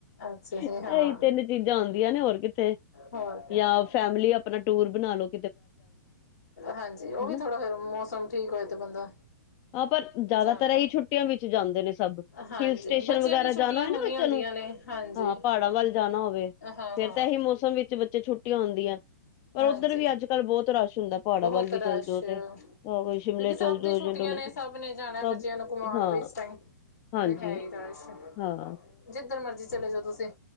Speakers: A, on the left; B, on the left.
A: ਅੱਛਾ ਜੀ
B: ਇਹੀ
A: ਹਾਂ।
B: ਤਿੰਨ ਚੀਜ਼ਾਂ ਹੁੰਦੀਆਂ ਨੇ ਹੋਰ ਕਿੱਥੇ
A: ਹੋਰ ਕਿਆ
B: ਜਾਂ ਫੈਮਲੀ ਆਪਣਾ ਟੂਰ ਬਣਾਲੋ।
A: ਹਾਂਜੀ ਉਹ
B: ਹਨਾ
A: ਵੀ ਥੋੜਾ ਫੇਰ ਮੌਸਮ ਠੀਕ ਹੋਏ ਤੇ ਬੰਦਾ
B: ਹਾਂ ਪਰ ਜ਼ਿਆਦਾਤਰ
A: ਜਾਂਦਾ
B: ਇਹੀ ਛੁੱਟੀਆਂ ਵਿੱਚ ਜਾਂਦੇ ਨੇ ਸਭ,
A: ਹਾਂਜੀ
B: ਹਿਲ ਸਟੇਸ਼ਨ
A: ਬੱਚਿਆਂ
B: ਵਗੈਰਾ
A: ਦੀ ਛੁੱਟੀਆਂ
B: ਜਾਣਾ ਏ
A: ਹੋਣੀ
B: ਨਾ ਬੱਚਿਆਂ
A: ਹੁੰਦੀਆਂ
B: ਨੂੰ।
A: ਨੇ ਹਾਂਜੀ।
B: ਹਾਂ ਪਹਾੜਾਂ ਵੱਲ ਜਾਣਾ ਹੋਵੇ
A: ਹਾਂ
B: ਫੇਰ
A: ਹਾਂ
B: ਤਾਂ ਇਹੀ ਮੌਸਮ ਵਿੱਚ ਬੱਚੇ ਛੁੱਟੀਆਂ ਹੁੰਦੀਆਂ। ਪਰ
A: ਹਾਂਜੀ
B: ਉੱਧਰ ਵੀ ਅੱਜ ਕੱਲ ਬਹੁਤ ਰਸ਼ ਹੁੰਦਾ ਪਹਾੜਾਂ
A: ਬਹੁਤ
B: ਵੱਲ ਵੀ
A: ਰਸ਼
B: ਚੱਲ ਜਾਓ
A: ਕਿਉਂਕਿ
B: ਤੇ ਆਹ ਕੋਈ ਸ਼ਿਮਲੇ
A: ਸਭ
B: ਚੱਲ
A: ਦੀ
B: ਜਾਓ
A: ਛੁੱਟੀਆਂ
B: ਜਾਂ ਡੋਲੇ
A: ਨੇ ਸਭ ਨੇ ਜਾਣਾ
B: ਸਭ
A: ਬੱਚਿਆਂ ਨੂੰ ਘੁਮਾਣ
B: ਹਾਂ
A: ਬਈ ਇਸ ਟਾਈਮ। ਤੇ
B: ਹਾਂਜੀ
A: ਹੈਈ ਰਸ਼,
B: ਹਾਂ
A: ਜਿੱਧਰ ਮਰਜੀ ਚਲੇ ਜਾਓ ਤੁਸੀਂ।